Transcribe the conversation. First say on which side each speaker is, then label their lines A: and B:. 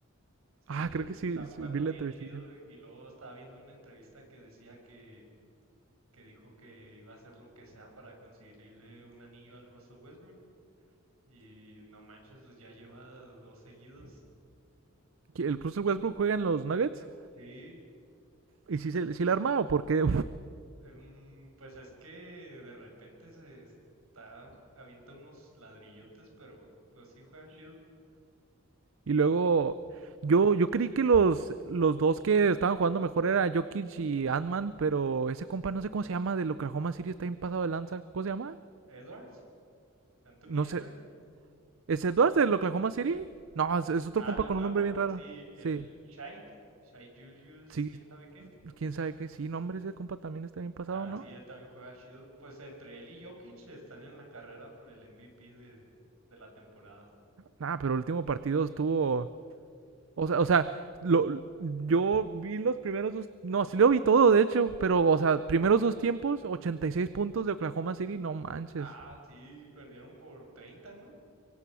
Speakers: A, on the right; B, on the right.
A: Sí,
B: Ah,
A: se-
B: creo que sí.
A: está jugando
B: sí, vi la
A: bien
B: entrevistilla.
A: chido y y luego estaba viendo una entrevista que decía que, que dijo que iba a hacer lo que sea para conseguirle un anillo al Russell Westbrook y no manches, pues ya lleva dos seguidos.
B: ¿El Russell Westbrook juega en los Nuggets?
A: Sí,
B: ¿Y si, se, si la arma o por qué,
A: em, pues es que de repente se está, avienta unos ladrillotes, pero pues sí juega chido.
B: Y luego yo, yo creí que los, los dos que estaban jugando mejor era Jokic y Ant-Man, pero ese compa no sé cómo se llama del Oklahoma City, está bien pasado de lanza. ¿Cómo se llama?
A: Edwards, Anthony
B: No
A: Edwards.
B: sé. ¿Es Edwards del Oklahoma City? No, es, es otro
A: Ah,
B: compa
A: de Oklahoma,
B: con un nombre bien raro.
A: sí, el
B: Sí,
A: Shai, Shai Julius,
B: sí,
A: quién sabe qué.
B: quién sabe qué. Sí, nombre ese compa también está bien pasado,
A: Ah,
B: ¿no?
A: sí, él también juega chido. Pues entre él y Jokic están en la carrera por el MVP de, de la temporada.
B: Nah, pero el último partido estuvo. O sea, o sea, lo, yo vi los primeros dos. No, sí lo vi todo, de hecho. Pero, o sea, primeros dos tiempos, 86 puntos de Oklahoma City, no manches.
A: Ah, sí, perdieron por treinta, ¿no?